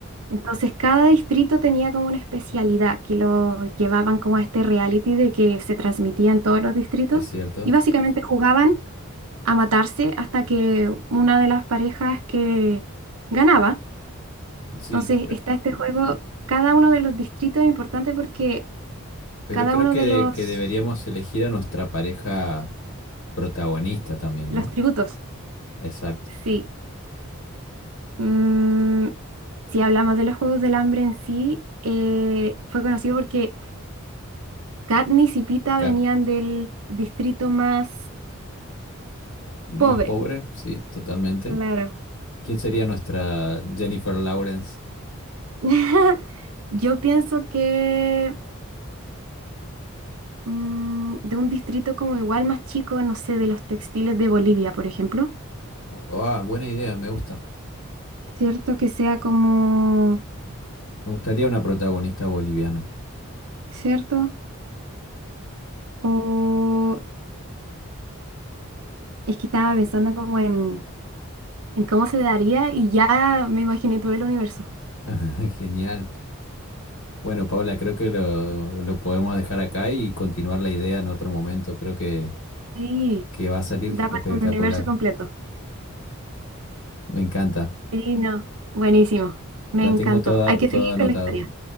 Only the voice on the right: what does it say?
Entonces cada distrito tenía como una especialidad que lo llevaban como a este reality de que se transmitía en todos los distritos
y básicamente jugaban a matarse hasta que una de las parejas que ganaba.
Entonces
está este juego, cada uno de los distritos es importante porque
cada
uno
de los,
los
tributos,
sí. Mm, si hablamos de los Juegos del Hambre en sí, eh, fue conocido porque Katniss y Pita
venían del distrito más
Pobre,
claro.
<laughs> Yo pienso que mm, de un distrito como igual más chico, no sé, de los textiles de Bolivia, por ejemplo.
Cierto que sea como,
¿cierto? O es que estaba pensando como en, en cómo se daría y ya me imaginé todo el universo.
Sí,
da para
un universo completo.
Sí, no. Buenísimo. Me
encantó.
Hay que
seguir
con la historia.